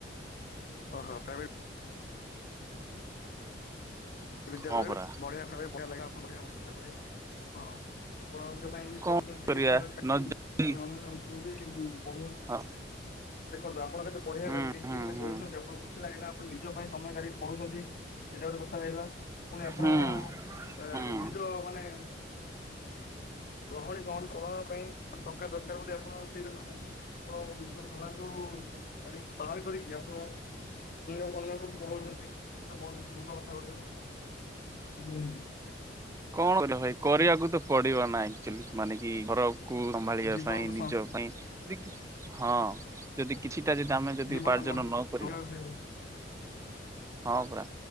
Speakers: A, on the left (about 50°); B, on the right (about 15°).
A: ଓହୋ ପ୍ରାଇଭେଟ? ବିଦ୍ୟାଳୟରେ
B: ହଁ ପରା
A: ବଢିଆ ବଢିଆ କଥା କହିଲେ। ହଁ ଆପଣ ନିଜ ପାଇଁ ବି
B: କଣ
A: ପଢୁଛନ୍ତି
B: କରିବା
A: ସମୟ କାଟି
B: ନ ଯଦି
A: ପୁଣି ଅନ୍ୟ କୁ ବି ପଢ
B: ହଁ।
A: ଦେଖନ୍ତୁ ଆପଣ କେତେ ବଢିଆ
B: ହୁଁ
A: କେମିତି କେମିତି
B: ହୁଁ
A: ମା
B: ହୁଁ
A: କହୁଛନ୍ତି ଆପଣଙ୍କୁ ଖୁସି ଲାଗିଲା। ଆପଣ ନିଜ ପାଇଁ ସମୟ କାଢ଼ି ପଢୁଛନ୍ତି ଏଇଟା ଗୋଟେ କଥା ଦେଖିଲ। ପୁଣି ଆପଣ
B: ହୁଁ
A: ଏ
B: ହୁଁ।
A: ନିଜ ମାନେ ରହଣୀ ସହଣୀ ପଢା ପାଇଁ ଟଙ୍କା ଦରକାର ବୋଲି ଆପଣ ସେଇ ଦେଉନାହାନ୍ତି ହ ନିଜ ସମୟକୁ ବା ବାହାର କରିକି ଆପଣ ଅନ୍ୟ ଅନ୍ୟ କୁ ପଢ଼ଉଛନ୍ତି ସେଟା ବଡ ଭଲ କଥା ଗୋଟେ। ହୁଁ।
B: କଣ କରିବା ଭାଇ କରିବାକୁ ତ ପଡିବ ଆକଚୁଲି ମାନିକି ଘର ଆଉ। କୁ ସମ୍ଭାଳିବା
A: ଜୀବନକୁ
B: ପାଇଁ ନିଜ
A: ସ-
B: ପାଉଁ ହଁ ଯଦି କିଛିଟା ଯଦି ଆମେ ଯଦି
A: ଜୀବନ
B: ଉପାର୍ଜନ
A: ଗଢି-
B: ନ କରିବା।
A: ଗଢିବାକୁ ପଡିବ।
B: ହଁ ପା